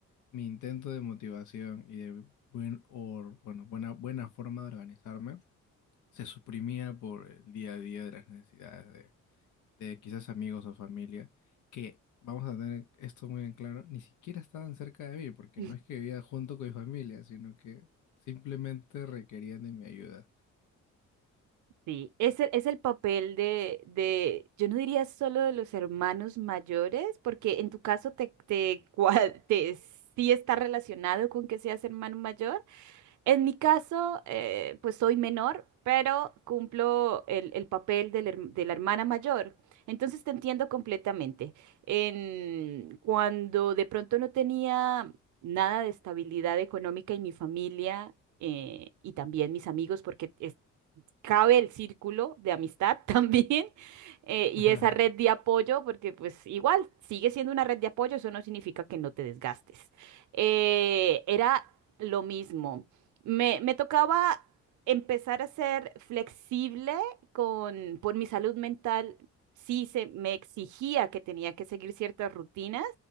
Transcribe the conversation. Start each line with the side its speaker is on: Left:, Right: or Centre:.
Left: Mi intento de motivación y de buen or- bueno, buena, buena forma de organizarme se suprimía por el día a día de las necesidades de, de quizás amigos o familia, que vamos a tener esto muy en claro, ni siquiera estaban cerca de mí, porque
Right: <laughs>
Left: no es que vivía junto con mi familia, sino que simplemente requerían de mi ayuda.
Right: Sí, es el, es el papel de, de, yo no diría solo de los hermanos mayores, porque en tu caso te, te, cua- <laughs> te- sí está relacionado con que seas hermano mayor, En mi caso, eh, pues soy menor, pero cumplo el, el papel del her- de la hermana mayor. Entonces te entiendo completamente. En, cuando de pronto no tenía nada de estabilidad económica en mi familia eh, y también mis amigos, porque es- cabe el círculo de amistad <laughs> también eh, y
Left: Ajá.
Right: esa red de apoyo, porque pues igual sigue siendo una red de apoyo, eso no significa que no te desgastes. Eh, era lo mismo. Me, me tocaba empezar a ser flexible con, por mi salud mental. Sí, se me exigía que tenía que seguir ciertas rutinas,